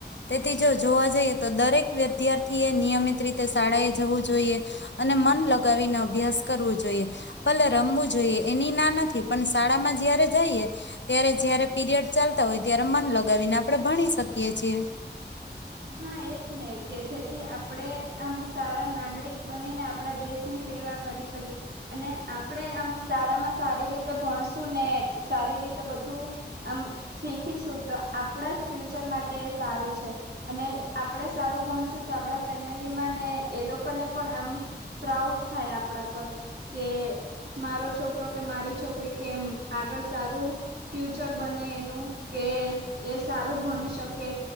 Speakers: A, on the left; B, on the right.
A: તેથી જો જોવા જઈએ તો દરેક વિદ્યાર્થી એ નિયમિત રીતે શાળા એ જવું જોઈએ, અને મન લગાવીને અભ્યાસ કરવું જોઈએ. ભલે રમવું જોઈએ એની ના નથી, પણ શાળામાં જયારે જઈએ ત્યારે જ્યારે પીરિયડ ચાલતા હોય ત્યારે મન લગાવીને આપણે ભણી શકીએ છીએ.
B: હા એજ ને. કે જેથી આપણે આમ સારા નાગરિક બનીને આપણા દેશની સેવા કરી શકીએ, અને આપણે આમ શાળામાં સારી રીતે ભણશું, ને સારી રીતે બધું આમ શીખીશું તો આપણા જ ફ્યુચર માટે એ સારું છે. અને આપણે સારું ભણશું તો આપણા ફેમિલીમાં ને એ લોકોને પણ આમ પ્રાઉડ થાય આપણા પર, કે મારો છોકરો કે મારી છોકરી કેમ એમ આગળ સારું ફ્યુચર બને એનું, કે એ સારું ભણી શકે